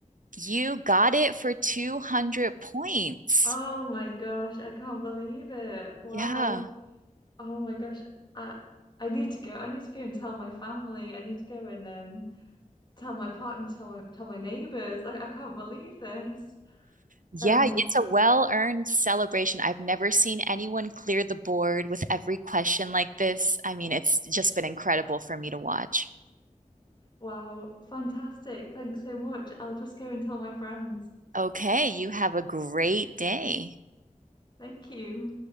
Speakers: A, on the right (about 70°); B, on the left (about 35°).
A: you got it for 200 points.
B: Oh my gosh, I can't believe it. Wow.
A: Yeah.
B: Oh my gosh. I I need to go. I need to go and tell my family. I need to go and um tell my partner, tell my tell my neighbors. I, I can't believe this.
A: Yeah,
B: Um
A: it's a well-earned celebration. I've never seen anyone clear the board with every question like this. I mean, it's just been incredible for me to watch.
B: wow, fantastic. Thanks so much. I'll just go and tell my friends.
A: Okay, you have a great day.
B: Thank you.